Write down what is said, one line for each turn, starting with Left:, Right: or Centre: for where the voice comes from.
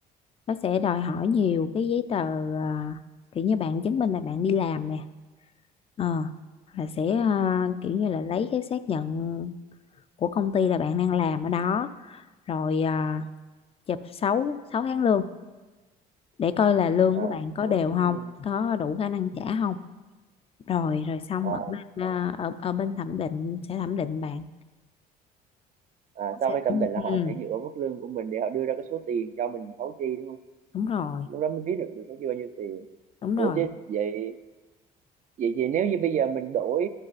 Left: nó sẽ đòi hỏi nhiều cái giấy tờ à, kiểu như bạn chứng minh là bạn đi làm nè ờ là sẽ à, kiểu như là lấy cái xác nhận của công ty là bạn đang làm ở đó rồi à, chụp 6 sáu tháng lương để coi là lương
Right: à
Left: của bạn có
Right: nó
Left: đều
Right: cũng
Left: không
Right: như
Left: có đủ khả năng trả không rồi rồi xong
Right: ồ
Left: ở bên à, ở, ở bên thẩm định sẽ thẩm định bạn
Right: à, sau
Left: sẽ
Right: khi thẩm
Left: thẩm-
Right: định là họ
Left: ừ,
Right: sẽ dựa vào mức lương của mình để họ đưa ra cái số tiền cho mình thấu chi đúng không
Left: đúng rồi
Right: lúc đó mới biết được được thấu chi bao nhiêu tiền
Left: đúng
Right: ủa
Left: rồi
Right: chứ vậy vậy thì nếu như bây giờ mình đổi